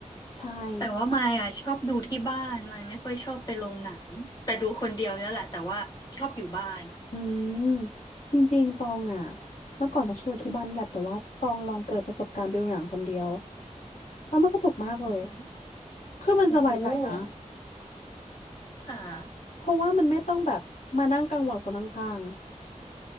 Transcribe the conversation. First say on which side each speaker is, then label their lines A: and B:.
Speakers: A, on the left; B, on the left.
A: ใช่
B: แต่ว่ามายอ่ะชอบดูที่บ้านมายไม่ค่อยชอบไปโรงหนังแต่ดูคนเดียวแล้วแหละแต่ว่าชอบอยู่บ้าน
A: อืมจริงๆตองอ่ะเมื่อก่อนตองชอบดูที่บ้านนี่แหละแต่ว่าตองลองเปิดประสบการณ์ไปดูหนังคนเดียวแล้วมันสนุกมากเลย
B: อือฮึ
A: คือมันสบายใจนะ
B: โอ้ค่ะ
A: เพราะว่ามันไม่ต้องแบบมานั่งกังวลคนข้าง